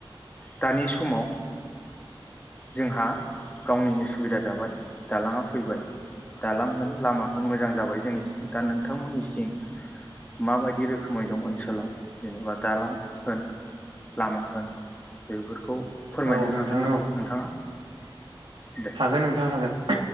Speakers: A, on the left; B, on the right.
A: दानि समाव जोंहा गावनिनो सुबिदा जाबाय दालाङा फैबाय दालां होन लामा होन मोजां जाबाय जोंनिसिं दा नोंथांमोननिसिम माबायदि रोखोमै दं ओनसोलाव जेनेबा दालां होन लामा होन बेफोरखौ फोरमायनो
B: औ नोंथां
A: हागोन नामा
B: औ
A: नोंथाङा दे
B: हागोन नोंथां हागोन